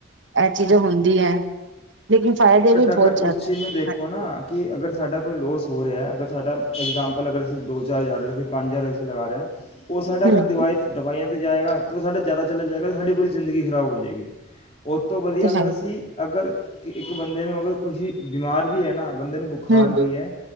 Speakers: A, on the right; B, on the left.
A: ਇਹ ਚੀਜ਼ ਹੁੰਦੀ ਹੈ <unintelligible> ਲੇਕਿਨ ਫ਼ਾਇਦੇ ਵੀ ਬਹੁਤ
B: <inaudible> ਅਗਰ ਉਸ
A: ਜ਼ਿਆਦਾ
B: ਚੀਜ਼
A: ਨੇ
B: ਨੂੰ ਦੇਖੋ
A: ਹਾਂਜੀ
B: ਨਾ ਕਿ ਅਗਰ ਸਾਡਾ <inaudible> ਕੋਈ ਲੋਸ ਹੋ ਰਿਹਾ ਅਗਰ ਸਾਡਾ ਇਗਜਾਮਪਲ ਅਗਰ ਅਸੀਂ ਦੋ ਚਾਰ ਹਜ਼ਾਰ ਪੰਜ ਹਜ਼ਾਰ ਅਸੀਂ ਲਗਾ ਰਹੇ ਹਾਂ <unintelligible> ਉਹ ਸਾਡੇ ਅਗਰ
A: ਹਮ ਹਮ
B: ਦਵਾਏ ਦਵਾਈਆਂ <unintelligible> ਜਾਏਗਾ ਤਾਂ ਉਹ ਸਾਡਾ ਜ਼ਿਆਦਾ ਚਲਾ ਜਾਏਗਾ ਸਾਡੀ ਪੂਰੀ ਜ਼ਿੰਦਗੀ ਖਰਾਬ ਹੋ ਜਾਏਗੀ <unintelligible> ਉਹ ਤੋਂ ਵਧੀਆ
A: ਤੇ
B: ਅਗਰ
A: ਹੈ ਹੀ।
B: ਅਸੀਂ ਅਗਰ <unintelligible> ਕਿ ਇੱਕ ਬੰਦੇ ਨੂੰ ਮਗਰ ਕੁਛ ਬਿਮਾਰ ਵੀ ਹੈ ਨਾ <unintelligible> ਬੰਦੇ ਨੂੰ ਬੁਖਾਰ
A: ਹਮ
B: ਵੀ
A: ਹਮ
B: ਹੈ